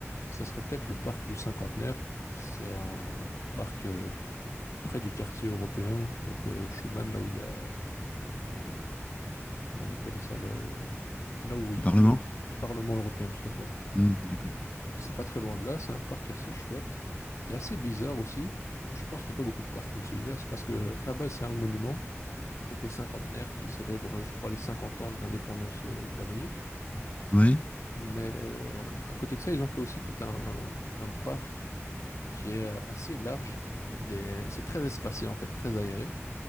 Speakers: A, on the left; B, on the left.
A: ça serait peut-être le parc du Cinquantenaire. C'est un parc euh, près du quartier européen, donc euh, Schuman, là où il y a le, comment on appelle ça, le, là où il,
B: Le Parlement?
A: le Parlement européen, tout à fait.
B: Hmm, d'accord.
A: C'est pas très loin de là, c'est un parc assez chouette. Il est assez bizarre aussi. Je pense qu'il n'y a pas beaucoup de parcs comme celui-là. C'est parce que à la base, c'est un monument, donc le cinquantenaire qui célèbre, je crois, les 50 ans de l'indépendance euh, de la Belgique.
B: Oui.
A: Mais euh, à côté de ça, ils ont fait aussi tout un, un parc qui est euh, assez large, avec des... C'est très espacé en fait, très aéré.